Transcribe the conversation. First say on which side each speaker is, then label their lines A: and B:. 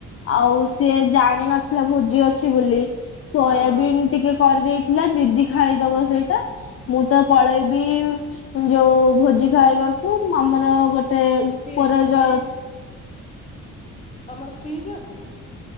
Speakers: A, on the left; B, on the left.
A: ଆଉ ସ୍ ସିଏ ଜାଣିନଥିଲା ଭୋଜି ଅଛି ବୋଲି ସୋୟାବିନ୍
B: ହଁ
A: ଟିକେ କରିଦେଇଥିଲା ଦିଦି ଖାଇଦବ ସେଇଟା, ମୁଁ ତ ପଳେଇବି ଯୋଉ ଭୋଜି ଖାଇବାକୁ ଆମର ଗୋଟେ ଉପର
B: ଫ୍ରିଜ
A: ଯ
B: ଫ୍ରିଜ ତମର ଫ୍ରିଜ ଅଛି ନା?